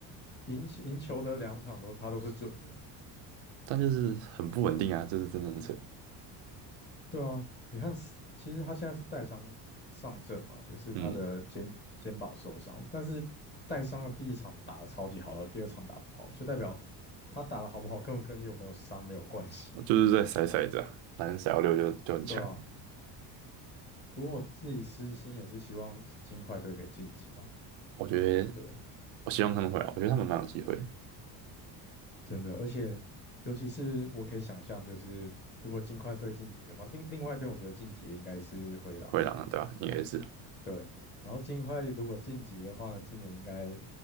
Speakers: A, on the left; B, on the right.
A: 赢赢球的两场都他都是准的，
B: 但就是很不稳定啊，这是真的很扯。
A: 对啊，你看斯，其实他现在是带伤上阵嘛，就是他的肩肩膀受伤，
B: 嗯，
A: 但是带伤的第一场打得超级好了，第二场打不好，就代表他打得好不好根本跟你有没有伤没有关系，
B: 就是在甩骰子啊，反正甩到六就就很强。
A: 对啊。不过我自己私心也是希望金块队可以晋级啊，
B: 我觉得，
A: 对。
B: 我希望他们会啊，我觉得他们蛮有机会的。
A: 真的，而且尤其是我可以想象，就是如果金块对晋级的话，另另外一边我觉得晋级的应该是灰狼，
B: 灰狼啊，对吧、应该是
A: 对。然后金块如果晋级的话呢，今年应该